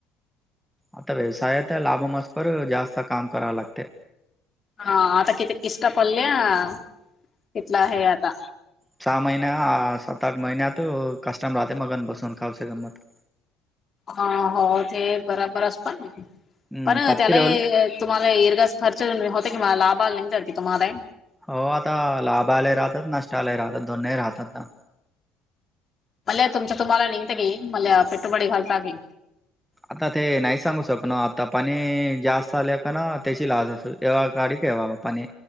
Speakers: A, in the centre; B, on the left.
A: आता व्यवसायात लाभमसपर जास्त काम कराव लागते
B: हा आता किथ किस् पडल्या तिथला आहे आता
A: चहा महिन सात आठ महिनत कस्टमर राहते मगन बसून खाऊ श गं मत
B: हा हो ते बरोबरच पण
A: हम्म
B: पण
A: पत्ती
B: त्याला
A: रवल
B: तुम्हाला इर्गास खर्च होते कि मला लाभाला नाही तरी तुम्हाला
A: हो आता लाभ आले राहतात नष्ट आले राहतात दोन्ही राहतात ना
B: मल्ल तुमच्या तुम्हाला निंतगे मल पट बडी घल्टगी
A: आता ते नाही सांगू शकन आता पाणी जास्त आले का ना त्याची लाच असे तेव्हा गाडी कवा बा पाणी